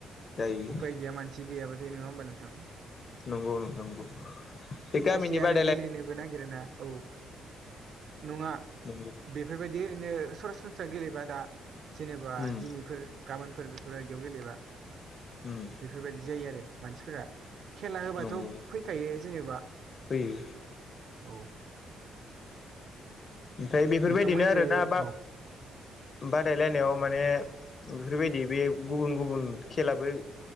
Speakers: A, on the left; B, on the right.
A: जायो
B: उफाय गैया मानसि गैयाबाथाय नङा होमबा नोंथां
A: नंगौ नोंथां नंगौ बे गामिनि
B: खायसेया आरो
A: ब
B: गेलेनोबो नागिर ना औ नङा
A: नंगौ
B: बेफोरबायदि ओरैनो सरासनस्रा गेलेबा दा जेनेबा
A: उम
B: दिनैफोर गाबोनफोर बेफोरबायदियाव गेलेबा
A: उम।
B: बेफोरबायदि जायो आरो मानसिफोरा। खेला होबाथ'
A: नंगौ
B: फैखायो जेनेबा
A: फैयो।
B: औ।
A: ओमफ्राय बेफोरबायदिनो
B: नोंथांमोनसो
A: आरोना बा
B: औ
A: बादायलायनायाव माने बेफोरबायदि बे गुबुन गुबुन खेलाबो